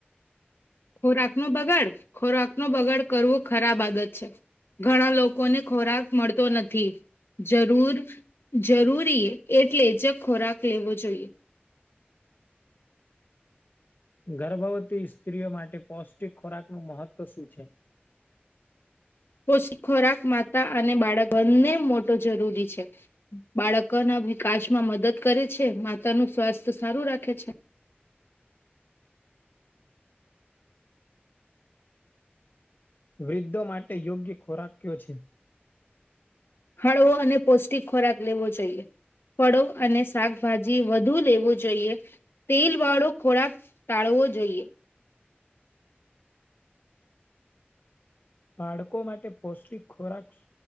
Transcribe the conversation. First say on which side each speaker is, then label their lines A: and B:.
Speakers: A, on the left (about 70°); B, on the left (about 50°).
A: ખોરાક નું બગાડ, ખોરાક નું બગાડ કરવું ખરાબ આદત છે. ઘણા લોકોને ખોરાક મળતો નથી. જરૂર જરૂરી, એટલે જ ખોરાક લેવો જોઈએ.
B: ગર્ભવતી સ્ત્રીઓ માટે પૌષ્ટિક ખોરાક નું મહત્વ શું છે.?
A: કોશી ખોરાક માતા અને બાળક બંને મોટો જરૂરી છે. બાળકો ના વિકાસમાં મદદ કરે છે. માતા નું સ્વાસ્થ્ય સારું રાખે છે.
B: વૃદ્ધો માટે યોગ્ય ખોરાક કયો છે.?
A: હળવો અને પૌષ્ટિક ખોરાક લેવો જોઈએ. ફળો અને શાકભાજી વધુ લેવું જોઈએ. તેલ વાળો ખોરાક ટાળવો જોઈએ.
B: બાળકો માટે પૌષ્ટિક ખોરાક